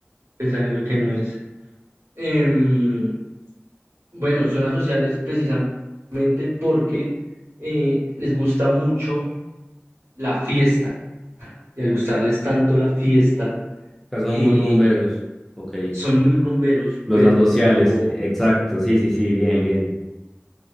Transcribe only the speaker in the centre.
O sea, son
muy rumberos. Ok.
Los
asociales.
Exacto. Sí, sí, sí. Bien, bien.